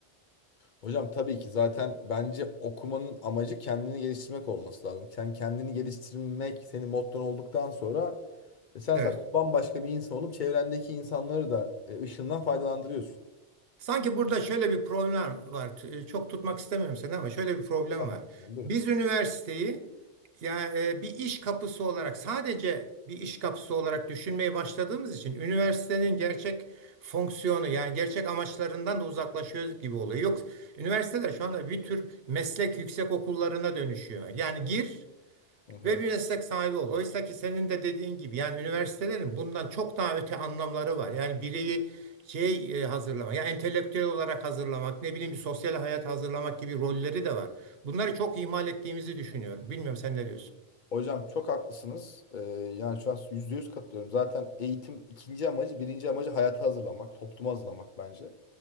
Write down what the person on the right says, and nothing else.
Evet.
Sanki burada şöyle bir problem var. T- Çok tutmak istemiyorum seni ama şöyle bir problem
var.
Biz üniversiteyi ya e, bir iş kapısı olarak sadece bir iş kapısı olarak düşünmeye başladığımız için üniversitenin gerçek fonksiyonu yani gerçek amaçlarından da uzaklaşıyoruz gibi oluyor. Yok üniversiteler şu anda bir tür meslek yüksek okullarına dönüşüyor. Yani gir
ve bir meslek sahibi ol. Oysa ki senin de dediğin gibi yani üniversitelerin bundan çok daha öte anlamları var. Yani bireyi şey e, hazırlamak, ya entelektüel olarak hazırlamak, ne bileyim bir sosyal hayat hazırlamak gibi rolleri de var. Bunları çok ihmal ettiğimizi düşünüyorum. Bilmiyorum sen ne diyorsun?